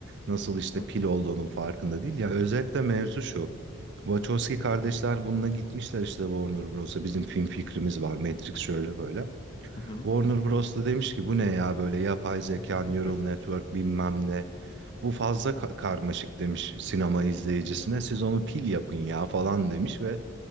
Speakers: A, on the right; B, on the left.
A: Nasıl işte
B: Hı hı.
A: pil olduğunun farkında değil. Ya özetle mevzu şu. Wachowski kardeşler bununla gitmişler işte Warner Bros'a. Bizim film fikrimiz var. Matrix şöyle böyle.
B: Hı hı.
A: Warner Bros da demiş ki bu ne ya böyle yapay zeka,
B: <laughs>
A: neural network bilmem ne. Bu fazla ka- karmaşık demiş sinema izleyicisine. Siz onu pil yapın ya falan demiş ve